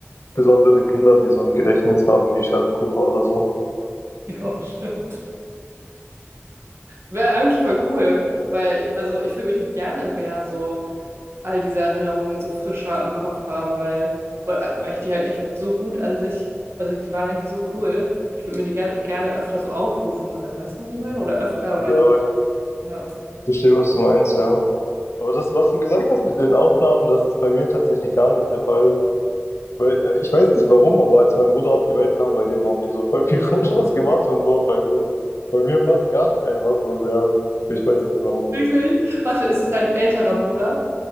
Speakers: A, on the left; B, on the right.
A: besondere Kinder, die so ein Gedächtnis haben, wie Sheldon Cooper oder so.
B: Ja, stimmt. Wäre eigentlich voll cool, weil, also ich würde mich gerne mehr so all diese Erinnerungen so frischer im Kopf haben, weil, oder- äh, weil ich die halt echt so gut an sich, also die waren eigentlich so cool. Ich würde mir die ger gerne öfter so aufrufen können, weißt du, was ich meine? Oder öfter oder
A: Ja, ich
B: ja.
A: verstehe, was du meinst, ja. Aber das, was du gesagt hast mit den Aufnahmen, das ist bei mir tatsächlich gar nicht der Fall. Weil, äh, ich weiß nicht warum, aber als mein Bruder auf die Welt kam, bei dem haben die so voll viel <laughs> Fotos gemacht und so, und bei mir, bei mir fast gar nicht einfach so, ja. Ich weiß nicht warum.
B: Wirklich? Warte, ist es dein älterer Bruder?